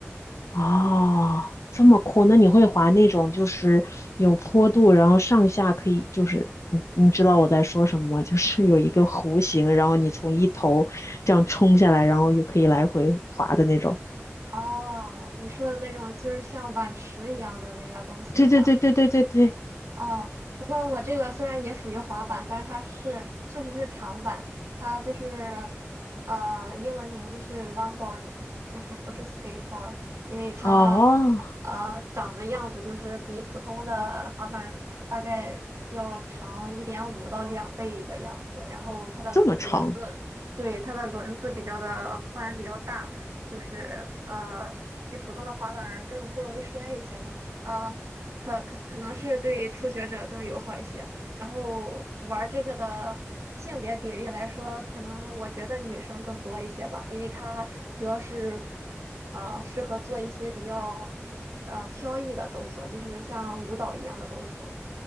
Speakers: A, on the left (about 85°); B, on the right (about 75°).
A: 哦，这么酷，那你会滑那种就是有坡度，然后上下可以就是你你知道我在说什么吗？<laughs> 就是有一个弧形，然后你从一头这样冲下来，然后又可以来回滑的那种。
B: 哦，你说的那种就是像碗池一样的那个东西是吧？
A: 对对对对对对对，
B: 哦，不过我这个虽然也属于滑板，但是它是确实是长板，它就是呃英文名字是 longboard，就是不是 skateboard，因为它
A: 哦，
B: 呃长的样子就是比普通的滑板大概要长一点五到两倍的样子，然后它的轮子，
A: 这么长。
B: 对，它的轮子比较的宽比较大，就是呃比普通的滑板更不容易摔一些吧。啊，可可可能是对初学者更友好一些。然后玩这个的性别比例来说，可能我觉得女生更多一些吧，因为它主要是啊、适合做一些比较呃飘逸的动作，就是像舞蹈一样的动作。